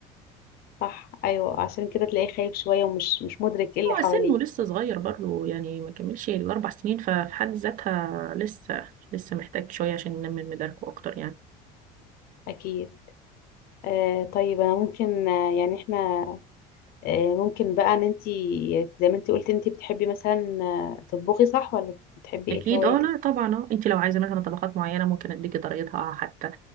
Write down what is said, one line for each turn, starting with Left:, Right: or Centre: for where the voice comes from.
Left: صح ايوه عشان كده تلاقيه خايف شويه ومش مش مدرك ايه اللي
Right: هو
Left: حواليه
Right: سنه لسه صغير برضه يعني ما كملش الأربع سنين ففي حد ذاتها لسه لسه محتاج شوية عشان ينمي من مداركه أكتر يعني
Left: اكيد آه طيب انا ممكن آه، يعني احنا آه ممكن بقى ان انت زي ما انت قلت انت بتحبي مثلا آه، تطبخي صح ولا بتحبي
Right: أكيد
Left: ايه في هواياتك
Right: أه لا طبعا أه أنت لو عايزة مثلا طبقات معينة ممكن أديكي طريقتها آه، حتى